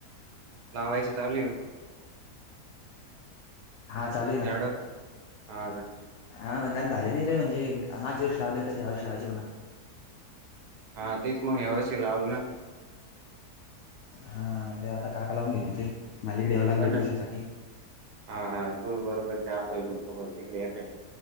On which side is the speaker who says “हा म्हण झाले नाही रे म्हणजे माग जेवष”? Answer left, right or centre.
Left